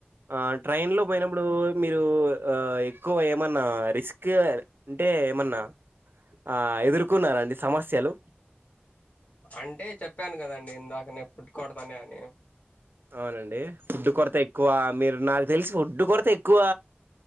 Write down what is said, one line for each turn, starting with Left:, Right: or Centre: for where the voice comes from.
Right: ఆ ట్రైన్ లో పోయినప్పుడు మీరు ఆ ఎక్కువ ఏమన్నా రిస్క్ అంటే ఏమన్నా ఆ ఎదురు కున్నారా అండి సమస్యలు
Left: అంటే చెప్పాను కదండి ఇందాక నేను ఫుడ్ కొడతానే అని
Right: అవునండి ఫుడ్ కొరత ఎక్కువ మీరు నాకు తెలిసి ఫుడ్ కొరత ఎక్కువ